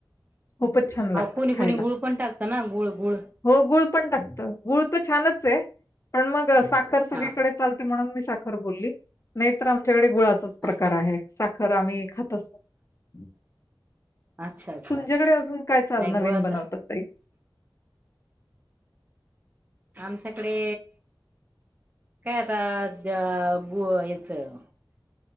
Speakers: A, on the left; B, on the right.
A: खूपच छान लागतात
B: अ कोणी
A: खायला
B: कोणी गुळ पण टाकत ना गुळ, गुळ
A: हो गुळ पण टाकत गुळ तर छानच आहे पण मग साखर सगळीकडे
B: हा
A: चालते म्हणून मी साखर बोलली तर आमच्याकडे गुळाचाच प्रकार
B: अच्छा
A: आहे साखर आम्ही खातच नाही
B: अच्छा अच्छा
A: तुमच्याकडे अजून काय चाल
B: नाही
A: नवीन
B: गुळाचं
A: बनवतात ताई?
B: आमच्याकडे काय आता त्याचं